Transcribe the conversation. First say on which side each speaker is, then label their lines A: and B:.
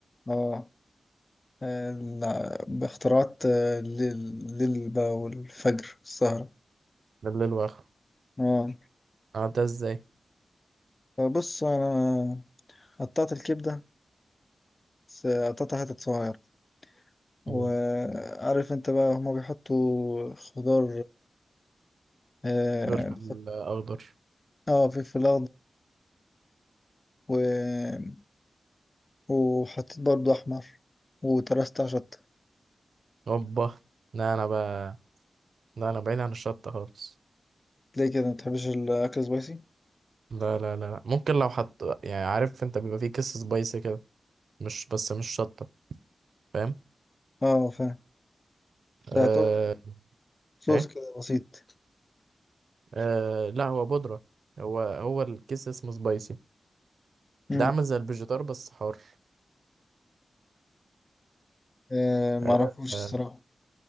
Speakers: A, on the left; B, on the right.
A: اه ال- باختراعات آه، الليل الليل بقى والفجر والسهره
B: ده الليل وآخره
A: اه
B: أه ده إزاي
A: فبص انا قطعت الكبده بس قطعتها حتت صغيره وعارف
B: مم.
A: انت بقى هما بيحطوا خضار اه
B: فلفل
A: آه، بيحط-
B: أخضر
A: آه، فلفل اخضر وحطيت برضو أحمر وترست على شطة
B: هوبا لا أنا بقى لا أنا بعيد عن الشطة خالص
A: ليه كده متحبش الأكل سبايسي؟
B: لا لا لا لا. ممكن لو حط يعني عارف أنت بيبقى فيه كيس سبايسي كده مش بس مش شطة فاهم
A: اه فاهم ده
B: آه
A: يعتبر صوص
B: إيه
A: كده بسيط
B: آه لا هو بودرة هو هو الكيس اسمه سبايسي
A: مم.
B: ده عامل زي الفيجيتار بس حار
A: آه معرفوش
B: آه آه.
A: الصراحة